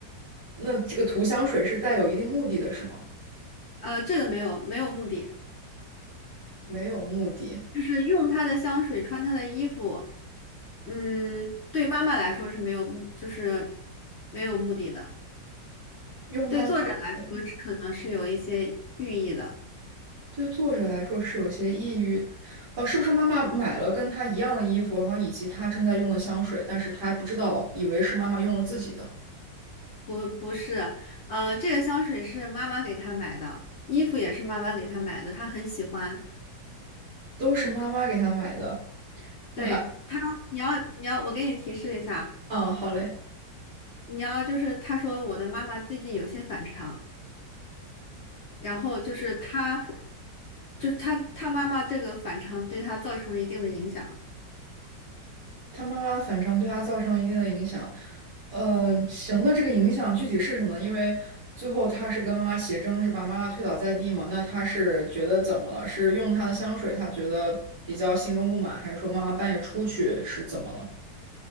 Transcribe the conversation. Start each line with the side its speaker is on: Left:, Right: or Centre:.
Right: 那这个涂香水是带有一定目的的，是吗？
Left: 呃，这个没有没有目的，
Right: 没有目的，
Left: 就是用他的香水，穿他的衣服，嗯，对妈妈来说是没有目，就是没有目的的。
Right: 用它的香水
Left: 对作者来说是可能是有一些寓意的，
Right: 对作者来说是有些抑郁的哦、是不是妈妈买了跟她一样的衣服，然后以及她正在用的香水，但是她还不知道，以为是妈妈用了自己的，
Left: 不不是，呃，这个香水是妈妈给他买的，衣服也是妈妈给他买的，他很喜欢。
Right: 都是妈妈给她买的。
Left: 对他，
Right: 哇，
Left: 你要你要，我给你提示一下，
Right: 嗯，好嘞。
Left: 你要就是他说我的妈妈最近有些反常，然后就是他，就是他他妈妈这个反常对他造成了一定的影响。
Right: 他妈妈的反常对他造成了一定的影响。呃，
Left: 嗯，
Right: 行的，这个影响具体是什么呢因为最后他是跟妈妈起争执，把妈妈推倒在地嘛。那他是觉得怎么了？是用她的香水，他觉得比较心中不满，还是说妈妈半夜出去是怎么了？